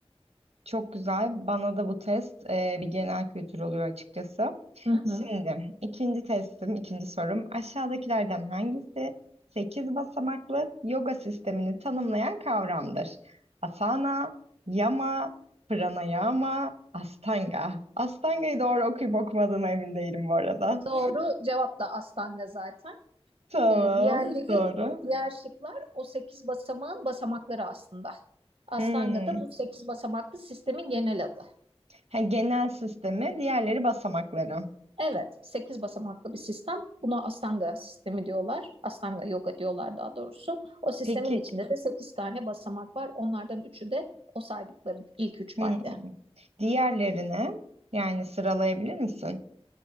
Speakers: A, on the right (about 85°); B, on the right (about 65°).
A: Çok güzel. Bana da bu test e, bir genel kültür oluyor açıkçası.
B: Hı
A: Şimdi
B: hı.
A: ikinci testim, ikinci sorum. Aşağıdakilerden hangisi 8 basamaklı yoga sistemini tanımlayan kavramdır? Asana, yama, pranayama, astanga. Astanga'yı doğru okuyup okumadığıma emin değilim bu arada.
B: Doğru cevap da Astanga zaten.
A: <laughs> Tamam,
B: Ee, diğerleri,
A: doğru.
B: diğer şıklar o 8 basamağın basamakları aslında. Astanga
A: Hmm.
B: da bu 8 basamaklı sistemin genel adı.
A: Ha, genel sistemi, diğerleri basamakları.
B: Evet, 8 basamaklı bir sistem. Buna Astanga sistemi diyorlar. Astanga yoga diyorlar daha doğrusu. O sistemin
A: Peki
B: içinde de 8 tane basamak var. Onlardan üçü de o saydıkların ilk üç
A: Hmm.
B: madde.
A: Diğerlerine yani sıralayabilir misin?